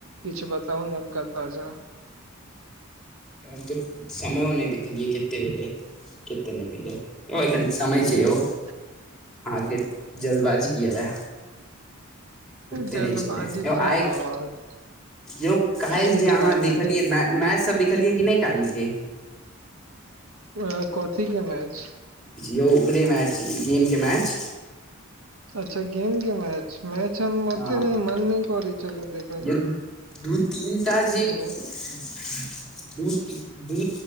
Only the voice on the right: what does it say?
किछ बताउ नबका ताजा।
देखू
जल्दबाजी
की
रहत
अहीं
के
लागल
अ, कथी के मैच?
अच्छा, गेम के मैच, मैच हम ओते
नै मन नै करै छलेए देख
मे